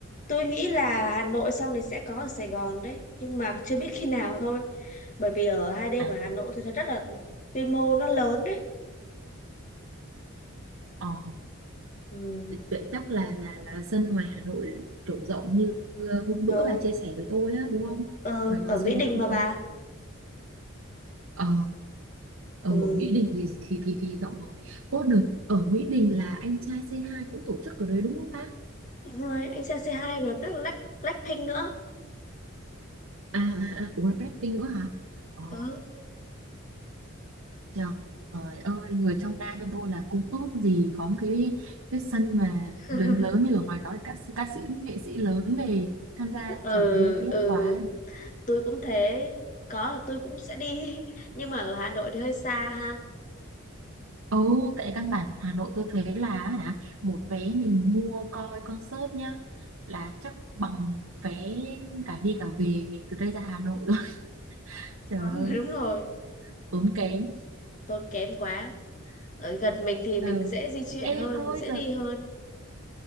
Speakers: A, on the left; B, on the right.
A: tôi nghĩ là Hà Nội xong thì sẽ có ở Sài Gòn đấy, nhưng mà chưa biết khi nào thôi. Bởi vì ở hai đêm
B: À,
A: ở Hà Nội tôi thấy rất là quy mô nó lớn đấy.
B: ờ,
A: Ừ.
B: vậy chắc là là là sân ngoài Hà Nội kiểu rộng như hôm bữa
A: Ừ,
B: bà chia sẻ với tôi á đúng không?
A: ừ,
B: Ngoài đó
A: ở Mỹ
B: sân
A: Đình
B: có rộng
A: mà bà.
B: không? Ờ ở
A: Ừ.
B: Mỹ Đình thì thì thì, thì rộng rồi Ô đợt ở Mỹ Đình là anh trai c hai cũng tổ chức ở đấy đúng không ta
A: Đúng rồi, anh Sang C2 rồi Black, Black, Blackpink nữa.
B: à à, à, cũng là Blackpink nữa hả ờ,
A: Ừ.
B: trời ơi người trong Nam bên tôi là cũng ước gì có một cái cái sân mà
A: <laughs>
B: lớn lớn như ở ngoài đó để các các sĩ nghệ sĩ lớn về tham gia
A: ừ
B: trời ơi tiếc
A: ừ
B: quá
A: tôi cũng thế có là tôi cũng sẽ đi <laughs> nhưng mà ở Hà Nội thì hơi xa ha
B: Ồ, tại căn bản Hà Nội tôi thấy là hả một vé mình mua coi concert nhá là chắc bằng vé cả đi cả về mình từ đây ra Hà Nội rồi <laughs> trời
A: Ờ, <laughs>
B: ơi
A: đúng rồi,
B: tốn kém
A: tốn kém quá. Ở gần mình thì
B: ừ.
A: mình dễ di chuyển
B: ê
A: hơn,
B: thôi
A: mình dễ
B: giờ
A: đi hơn.